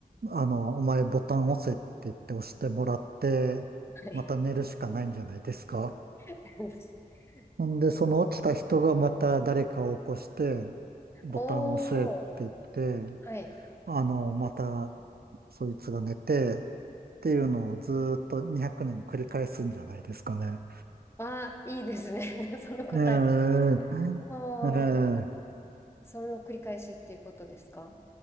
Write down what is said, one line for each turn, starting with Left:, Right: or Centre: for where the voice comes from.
Right: あの、お前ボタン押せって言って押してもらって、
Left: はい。
Right: また寝るしかないんじゃないですか
Left: <laughs>
Right: ほんで、その起きた人がまた誰かを起こして、ボタンを押せって言っ
Left: おー、
Right: て、
Left: はい。
Right: あの、またそいつが寝てっていうのをずーっと200年繰り返すんじゃないですかね。
Left: あー、いいですね。<laughs> その答え。
Right: ええ
Left: おー、
Right: ええ
Left: その繰り返しっていうことですか